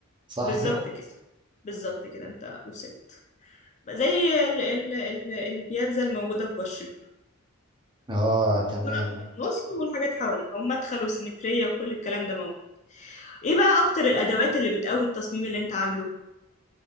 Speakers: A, on the right; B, on the left.
A: صح
B: بالظبط
A: كده
B: كده بالظبط كده أنت وصلت زي ال ال ال البياتزا الموجودة في برشلونة
A: اه تمام
B: طرف في النص والحاجات حواليها ومدخل وسيمترية وكل الكلام ده موجود ايه بقى اكتر الادوات اللي بتقوي التصميم اللي انت عامله